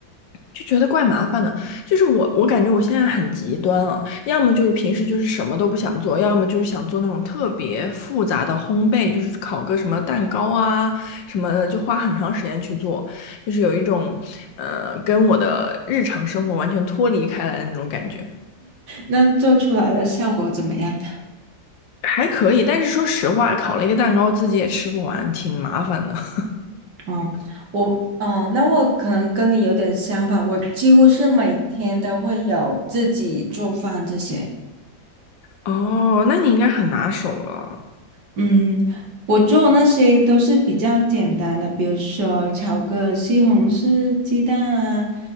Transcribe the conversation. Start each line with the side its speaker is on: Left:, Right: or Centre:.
Left: 就觉得怪麻烦的。就是我，我感觉我现在很极端啊，要么就是平时就是什么都不想做，要么就是想做那种特别复杂的烘焙，就是烤个什么蛋糕啊什么的，就花很长时间去做，就是有一种呃跟我的日常生活完全脱离开来的那种感觉。
Right: 那做出来的效果怎么样？
Left: 还可以，但是说实话，烤了一个蛋糕自己也吃不完，挺麻烦的。<laughs>
Right: 嗯，我嗯、呃那我可能跟你有点相反，我几乎是每天都会有自己做饭这些。
Left: 哦，那你应该很拿手了。
Right: 嗯，我做那些都是比较简单的，比如说炒个西红柿鸡蛋啊，